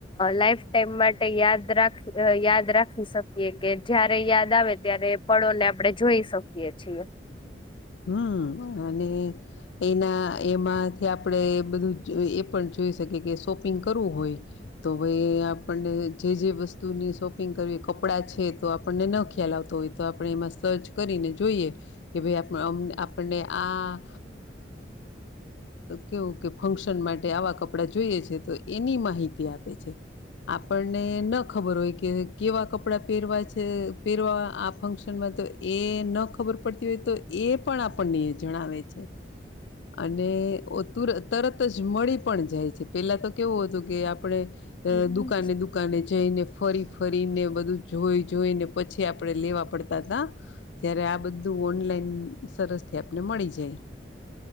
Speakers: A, on the left; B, on the left.
A: લાઈફ ટાઈમ માટે યાદ રાખ યાદ રાખી શકીયે એ કે જયારે યાદ આવે ત્યારે પળો ને આપણે જોઈ શકીએ છીએ
B: હમ અને એના એમાંથી આપડે બધું એ પણ જોઈ શકે કે શોપિંગ કરવું હોય તો ભાઈ આપણને જે જે વસ્તુની શોપિંગ કરવી કપડા છે તો આપણને ન ખ્યાલ આવતો હોય તો આપણે એમાં સર્ચ કરીને જોઈએ કે ભાઈ આપ આપણે આ કેવું કે ફંક્શન માટે આવા કપડા જોઈએ છે તો એની માહિતી આપે છે આપણને ન ખબર હોય કે કેવા કપડા પહેરવા છે પહેરવા આ ફંક્શનમાં તો એ ન ખબર પડતી હોય તો એ પણ આપણને જણાવે છે અને તુંરત તરત જ મળી પણ જાય છે પેલા તો કેવું હતું કે આપણે અ
A: હમ
B: દુકાને દુકાને જઈને ફરી ફરીને બધું જોઈ જોઈને પછી આપડે લેવા પડતા હતા જયારે આ બધું ઓનલાઈન સરસથી આપને મળી જાય.